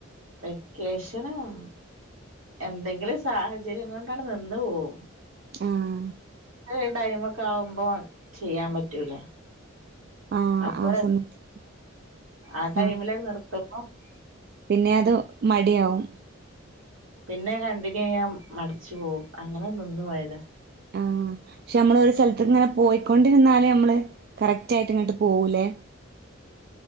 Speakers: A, on the right; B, on the right.
A: വെക്കേഷനും എന്തെങ്കിലും സാഹചര്യം കൊണ്ടാണ് നിന്ന് പോവും
B: ആഹ്
A: അ അ ടൈമ് ഒക്കെ ആവുമ്പോ ചെയ്യാൻ പറ്റൂല
B: ആഹ്
A: അപ്പൊ
B: ആ സമയത്ത്
A: ആ ടൈമില്
B: ആഹ്
A: നിർത്തും <unintelligible>
B: പിന്നെ അത് മടിയാവും
A: പിന്നെ കണ്ടിന്യൂ ചെയ്യാൻ മടിച്ചു പോവും അങ്ങനെ നിന്നു പോയത്
B: ആഹ പക്ഷെ നമ്മൾ ഒരു സ്ഥലത്തിങ്ങനെ പോയിക്കൊണ്ട് ന്നാല്നമ്മള് കറക്ട്ടിയിട്ട്ഇങ്ങോട്ട് പോകൂലേ